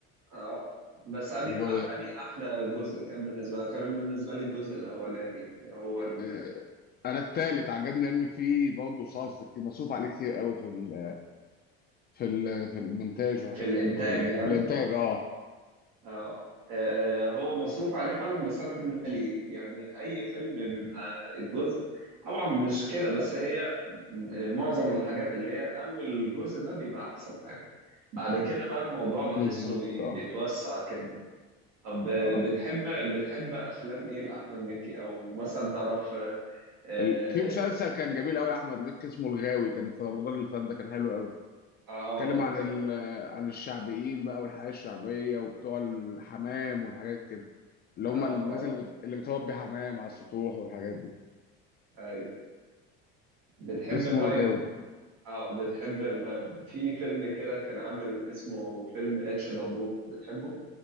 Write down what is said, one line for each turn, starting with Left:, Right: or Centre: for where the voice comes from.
Right: اه بس اني
Left: وب...
Right: اني احلى جزء كان بالنسبه كان بالنسبه لي الجزء الاولاني يعني هو
Left: آه،
Right: ال-
Left: انا الثالث عجبني ان في برضه صرف كتير مصروف عليه كتير قوي في ال... في ال... في المونتاج وحاجات
Right: في الانتاج
Left: زي كده في, ال...
Right: يعني
Left: في الانتاج اه
Right: اه آه، آه. هو مصروف عليه فعلا بس انا بالنسبه لي يعني اي فيلم بيبقى الجزء طبعا مش كده بس هي معظم الحاجات اللي هي اول جزء ده بيبقى احسن حاجه بعد كده بقى الموضوع بحسه
Left: بالظبط
Right: بي-
Left: اه
Right: بيتوسع كده طب آه،
Left: اه
Right: بتحب بتحب افلام ايه لاحمد مكي او مثلا تعرف اه
Left: ال... في مسلسل كان جميل قوي لاحمد مكي اسمه الغاوي كان في رمضان اللي فات ده كان حلو قوي
Right: آه،
Left: اتكلم عن ال... عن الشعبيين بقى والحياه الشعبيه وبتوع الحمام والحاجات كده اللي هم
Right: اه
Left: الناس
Right: اه
Left: اللي بت... اللي بتربي حمام على السطوح والحاجات دي
Right: ايوه بتحب
Left: اسمه
Right: طيب
Left: الغاوي
Right: اه بتحب ما في فيلم كده كان عامل اسمه فيلم اتش دبور بتحبه؟